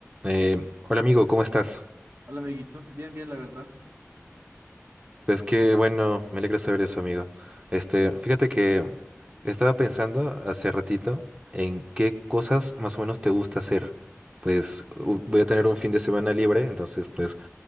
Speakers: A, on the right (about 25°); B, on the right (about 70°).
A: Eh, hola amigo, ¿cómo estás?
B: Hola, amiguito. Bien, bien, la verdad.
A: Pues qué bueno, me alegra saber eso, amigo. Este, fíjate que estaba pensando hace ratito en qué cosas más o menos te gusta hacer. Pues u- voy a tener un fin de semana libre, entonces pues